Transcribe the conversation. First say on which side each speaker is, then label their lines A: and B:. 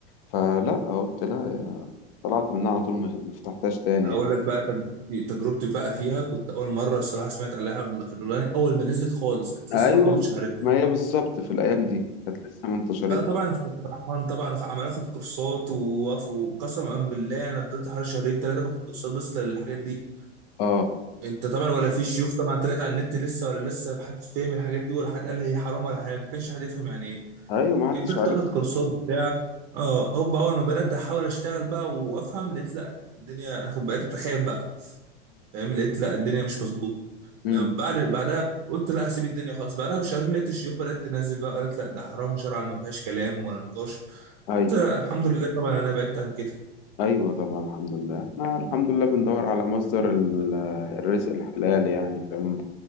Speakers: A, on the left; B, on the right.
A: فلا قلت لا طلعت منها على طول ما ما فتحتهاش تاني
B: أقول
A: يعني
B: لك بقى تجربتي تجربتي بقى فيها كنت أول مرة الصراحة سمعت عليها في الأولاني أول ما نزلت خالص كانت
A: ايوه
B: لسه برضه ما اتشهرتش
A: ما هي بالظبط في الايام دي كانت لسه ما انتشرت
B: فانا طبعا فرحان طبعا وخ- عمال اخد كورسات ووقف- وقسما بالله انا فضلت حوالي شهرين ثلاثه باخد كورسات بس للحاجات دي
A: اه
B: انت طبعا ولا في شيوخ طبعا طلعت على النت لسه ولا لسه حد فاهم الحاجات دي ولا حد قال هي حرام ولا حلال ما كانش حد يفهم يعني ايه
A: ايوه ما حدش
B: فضلت
A: عارف
B: اخد كورسات وبتاع اه هوب اول ما بدات احاول اشتغل بقى وافهم لقيت لا الدنيا انا كنت بقيت اخاف بقى فاهم لقيت لا الدنيا مش مظبوطه
A: امم
B: لما بعد بعدها قلت لا هسيب الدنيا خلاص بعدها بشهرين لقيت الشيوخ بدات تنزل بقى قالت لا ده حرام شرعا ما فيهاش كلام ولا نقاش
A: أيوة
B: قلت الحمد لله طبعا انا بعدت عن كده
A: أيوة طبعا الحمد لله إحنا الحمد لله بندور على مصدر ال- الرزق الحلال يعني فاهم